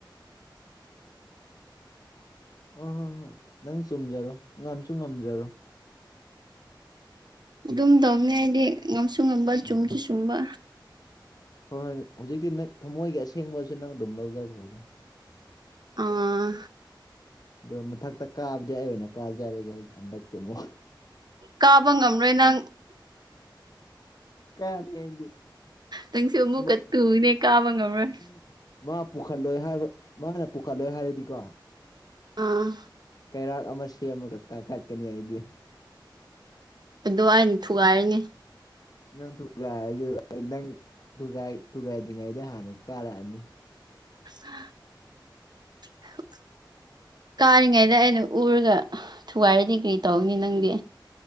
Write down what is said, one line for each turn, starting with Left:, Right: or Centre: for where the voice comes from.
Right: <inaudible> <unintelligible>
Left: ꯑ ꯍꯣꯏ ꯍꯣꯏ ꯅꯪ ꯆꯨꯝꯖꯔꯣ ꯉꯝꯁꯨ ꯉꯝꯖꯔꯣ
Right: ꯑꯗꯨꯝ ꯇꯧꯅꯤ ꯍꯥꯏꯗꯤ ꯉꯝꯁꯨ ꯉꯝꯕ
Left: ꯎꯝ
Right: ꯆꯨꯝꯁꯨ ꯆꯨꯝꯕ
Left: ꯍꯣꯏ ꯍꯣꯏ ꯍꯧꯖꯤꯛꯇꯤ ꯅꯪ ꯊꯃꯣꯏꯒꯤ ꯑꯁꯦꯡꯕꯁꯨ ꯅꯪ ꯑꯗꯨꯝ ꯂꯧꯖꯈ꯭ꯔꯣꯅꯦ
Right: ꯑꯥ
Left: ꯑꯗꯣ ꯃꯊꯛꯇ ꯀꯥꯕꯗꯤ ꯑꯩ ꯑꯣꯏꯅ ꯀꯥꯖꯔꯒꯦꯛ ꯍꯟꯗꯛꯇꯤ ꯑꯃꯨꯛ
Right: ꯀꯥꯕ ꯉꯝꯔꯣꯏ ꯅꯪ
Left: ꯀꯍꯅꯤ ꯑꯗꯤ
Right: ꯅꯪꯁꯨ ꯑꯃꯨꯛꯀ
Left: ꯎ
Right: ꯇꯨꯅꯦ ꯀꯥꯕ ꯉꯝꯔꯣꯏ
Left: ꯎꯝ ꯃꯥ ꯄꯨꯈꯠꯂꯣꯏ ꯍꯥꯏꯕ ꯃꯥꯅ ꯄꯨꯈꯠꯂꯣꯏ ꯍꯥꯏꯔꯗꯤꯀꯣ
Right: ꯑꯥ
Left: ꯀꯩꯔꯥꯛ ꯑꯃ ꯁꯦꯝꯃꯈ ꯀꯥꯈꯠꯀꯅꯤ ꯑꯩꯗꯤ
Right: ꯑꯗꯨ ꯑꯩꯅ ꯊꯨꯒꯥꯏꯔꯅꯤ
Left: ꯅꯪ ꯊꯨꯒꯥꯏꯔꯁꯨ ꯑꯩ ꯅꯪ ꯊꯨꯒꯥꯏꯗ꯭ꯔꯤꯉꯩꯗ ꯍꯥꯟꯅ ꯀꯥꯔꯛꯑꯅꯤ
Right: ꯑꯁ <unintelligible> <inaudible> ꯀꯥꯔꯤꯉꯩꯗ ꯑꯩꯅ ꯎꯔꯒ ꯊꯨꯒꯥꯏꯔꯗꯤ ꯀꯔꯤ ꯇꯧꯅꯤ ꯅꯪꯗꯤ